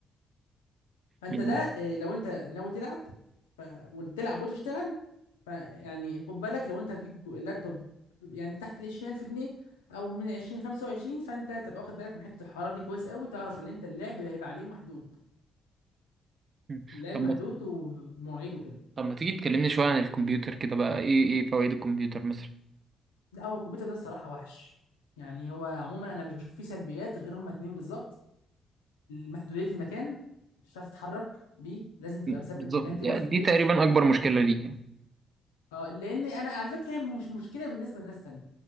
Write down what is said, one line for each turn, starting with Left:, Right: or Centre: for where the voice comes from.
Left: فانت
Right: يعني
Left: ده إيه، لو انت ناوي تلعب ف... وتلعب وتشتغل فيعني خد بالك لو انت هتجيب كو- اللابتوب يعني تحت ال 20000 جنيه او من 20 25 فانت تبقى واخد بالك من حته الحراره دي كويس قوي تعرف ان انت اللعب هيبقى عليه محدود
Right: مم.
Left: اللعب
Right: طب
Left: محدود
Right: ما
Left: ومواعيد وكده
Right: طب ما تيجي تكلمني شويه عن الكمبيوتر كده بقى ايه ايه فوائد الكمبيوتر مثلا
Left: لا هو الكمبيوتر ده الصراحه وحش يعني هو عموما انا مش بشوف فيه سلبيات غير هما اتنين بالظبط محدوديه المكان مش هتعرف تتحرك بيه لازم تبقى
Right: بالظبط
Left: مثبت مكان كده
Right: يعني
Left: في البيت
Right: دي تقريبا اكبر مشكله ليه يعني
Left: اه لان انا على فكره هي مش مشكله بالنسبه لناس تانية